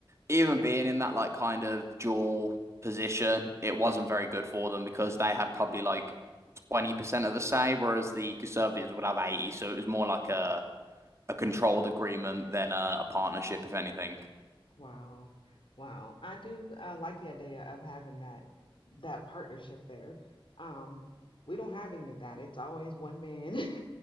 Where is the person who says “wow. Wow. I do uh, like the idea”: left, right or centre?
Left